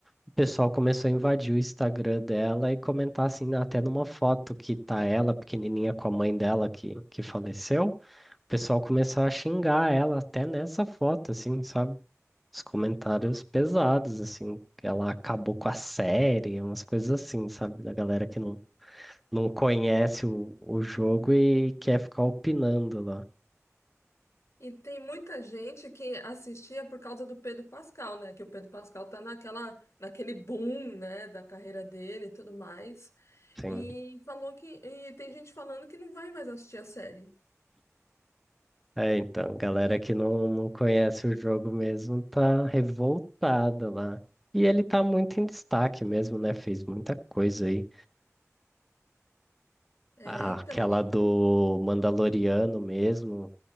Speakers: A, in the centre; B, on the left.
A: o pessoal começou a invadir o Instagram dela e comentar assim, até numa foto que tá ela pequenininha com a mãe dela que, que faleceu, o pessoal começou a xingar ela até nessa foto, assim, sabe? Os comentários pesados, assim, que ela acabou com a série, umas coisas assim, sabe? Da galera que não não conhece o, o jogo e quer ficar opinando lá.
B: E tem muita gente que assistia por causa do Pedro Pascal, né? Que o Pedro Pascal tá naquela, naquele boom, né, da carreira dele e tudo mais.
A: Sim.
B: E falou que, e tem gente falando que não vai mais assistir a série.
A: É, então, galera que não, não conhece o jogo mesmo tá revoltada lá. E ele tá muito em destaque mesmo, né? Fez muita coisa aí.
B: É,
A: Ah,
B: então,
A: Aquela do Mandaloriano mesmo.